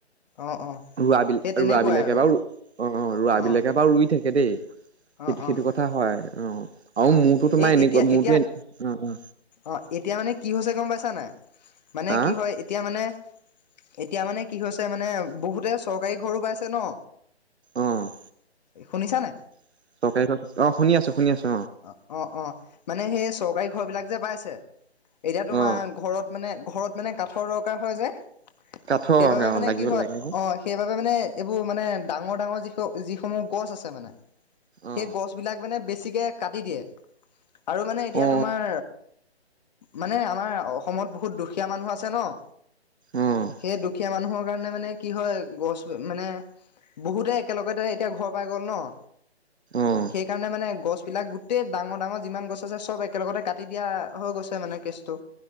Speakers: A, on the left; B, on the right.
A: অ', অ'।
B: ৰোৱাবিলা-
A: সেই তেনেকুৱাই
B: ৰোৱাবিলাকে
A: আৰু
B: বাৰু, অ' ৰোৱাবিলাকে
A: অ',
B: বাৰু ৰুই থাকে দেই। সেইটো-
A: অ',
B: সেইটো
A: অ',
B: কথা হয়। অ'। আৰু
A: অ'।
B: মোৰতো তোমাৰ
A: এ
B: এনেকুৱা
A: এতিয়া-
B: মোৰতো
A: এতিয়া,
B: এ অ অ
A: অ' এতিয়া মানে কি হৈছে গম পাইছা হৈনে? মানে
B: হা
A: কি হয় এতিয়া মানে এতিয়া মানে কি হৈছে মানে, বহুতে চৰকাৰী ঘৰো পাইছে ন'?
B: অ'।
A: এ শুনিছা নে?
B: চৰকাৰী ঘৰ <inaudible> অ'। শুনি আছো শুনি আছো
A: অ' - অ'- অ'। মানে সেই চৰকাৰী ঘৰবিলাক যে পাইছে। এতিয়া তোমাৰ
B: অ
A: ঘৰত মানে ঘৰত মানে কাঠৰ দৰকাৰ হয় যে
B: কাঠৰ
A: সেইবাবে
B: অ
A: মানে
B: লাগিব
A: কি হয়,
B: লাগে যে
A: অ' সেইবাবে মানে- এইবোৰ মানে ডাঙৰ-ডাঙৰ যিস- যিসমূহ গছ আছে মানে
B: অ
A: সেই গছবিলাক মানে বে বেছিকে কাটি দিয়ে। আৰু মানে, এতিয়া
B: অ
A: তোমাৰ মানে আমাৰ অসমত বহুত দুখীয়া মানুহ আছে ন'।
B: অ
A: সেই দুখীয়া মানুহৰ কাৰণে মানে কি হয়, গছ মানে, বহুতে একেলগতে এতিয়া ঘৰ পাই গ'ল ন'
B: অ
A: সেইকাৰণে মানে গছবিলাক গোটেই ডাঙৰ-ডাঙৰ যিমান গছ আছে, সব একেলগতে কাটি দিয়া হৈ গৈছে মানে কেচটো।